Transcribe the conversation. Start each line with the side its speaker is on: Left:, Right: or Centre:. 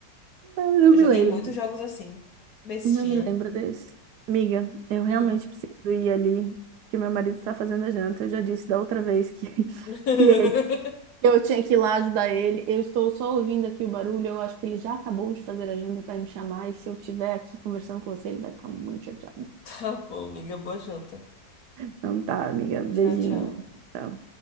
Right: Eu não
Left: Eu
Right: me
Left: joguei
Right: lembro.
Left: muitos
Right: de-
Left: jogos assim. Bestinha.
Right: Não me lembro desse. Amiga, eu realmente
Left: Hum.
Right: preciso ir ali, porque meu marido está fazendo a janta. Eu já disse da outra vez que, <laughs>
Left: <laughs>
Right: que Eu tinha que ir lá ajudar ele. Eu estou só ouvindo aqui o barulho. Eu acho que ele já acabou de fazer a janta e vai me chamar. E se eu estiver aqui conversando com você, ele vai ficar muito chateado.
Left: Tá bom, amiga. Boa janta.
Right: Então tá, amiga. Beijinho.
Left: Tchau, tchau.
Right: Tchau.